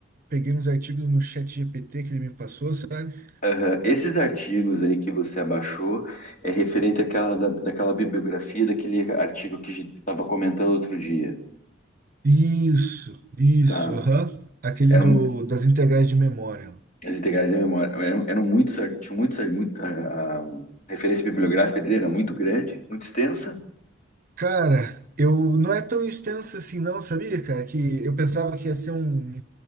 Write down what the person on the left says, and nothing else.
Aham. Esses artigos aí que você abaixou é referente àquela, da, daquela bibliografia, daquele artigo que a gente estava comentando outro dia,
tá?
Eram,
as integrais da memória eram, eram muitos, ar- tinham muitos, ar- muito, a, a referência bibliográfica dele era muito grande, muito extensa.